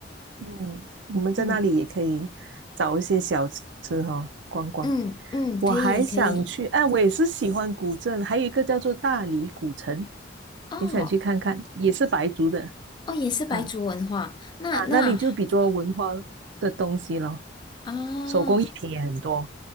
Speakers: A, on the right; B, on the left.
A: 嗯，我们在那里也可以找一些小吃哈，
B: 嗯
A: 逛逛。
B: 嗯嗯，
A: 我还想去，
B: 可以可以。
A: 哎、我也是喜欢古镇，还有一个叫做大理古城，
B: 哦
A: 也想去看看，也是白族的，
B: 哦，也是白族文化，
A: 嗯
B: 那那
A: 啊，那里就比较文化的东西咯，
B: 啊
A: 手工艺品也很多